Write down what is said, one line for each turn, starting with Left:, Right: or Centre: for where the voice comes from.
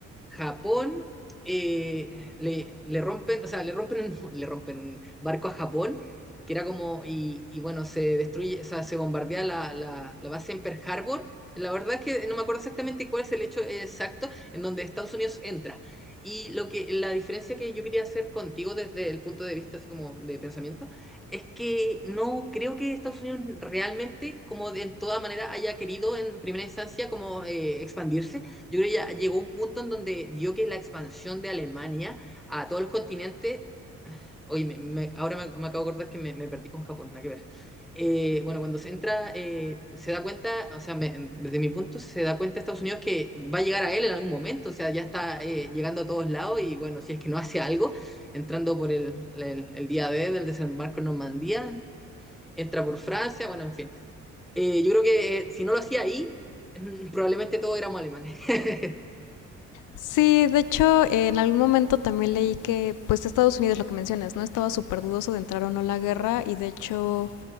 Centre: Japón eh, le, le, rompen, o sea, le rompen, un- <laughs> le rompen un barco a Japón, que era como, y, y bueno, se destruye, o sea, se bombardea la, la- la base en Pearl Harbor. La verdad es que no me acuerdo exactamente cuál es el hecho exacto en donde Estados Unidos entra. Y lo que, la diferencia que yo quería hacer contigo desde el punto de vista así como de pensamiento, es que no creo que Estados Unidos realmente, como de en toda manera, haya querido en primera instancia como eh, expandirse yo creo que ya llegó un punto en donde vio que la expansión de Alemania a todos los continentes, oye, me- me- ahora me, me acabo de acordar que me, me perdí con Japón, nada que ver. Eh, bueno, cuando se entra, eh, se da cuenta, o sea, me- desde mi punto se da cuenta Estados Unidos que va a llegar a él en algún momento, o sea, ya está eh, llegando a todos lados y bueno, si es que no hace algo, entrando por el, el, el día D del desembarco en Normandía, entra por Francia, bueno, en fin. Eh, yo creo que eh, si no lo hacía ahí, <laughs> probablemente todos éramos alemanes. <laughs>
Left: Sí, de hecho, eh, en algún momento también leí que, pues, Estados Unidos, lo que mencionas, ¿no? Estaba súper dudoso de entrar o no a la guerra y, de hecho,